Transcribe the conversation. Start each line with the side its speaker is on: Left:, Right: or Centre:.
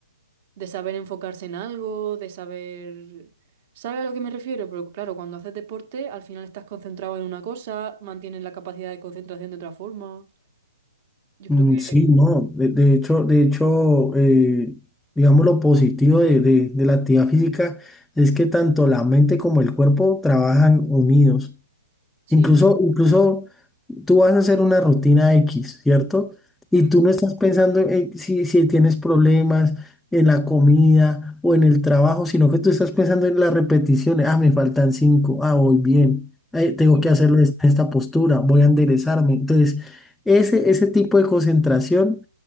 Right: de saber enfocarse en algo, de saber... ¿Sabe a lo que me refiero? Pero claro, cuando haces deporte, al final estás concentrado en una cosa, mantienes la capacidad de concentración de otra forma. Yo
Centre: Mm,
Right: creo que
Centre: Sí, no, de, de hecho, de hecho, eh, digamos lo positivo de, de- de la actividad física es que tanto la mente como el cuerpo trabajan unidos.
Right: sí.
Centre: Incluso, incluso tú vas a hacer una rutina X, ¿cierto? Y
Right: Mm.
Centre: tú no estás pensando en si, si tienes problemas en la comida o en el trabajo, sino que tú estás pensando en las repeticiones. Ah, me faltan cinco. Ah, voy bien. Eh, tengo
Right: Sí,
Centre: que hacerlo en esta postura. Voy a enderezarme. Entonces, ese, ese tipo de concentración.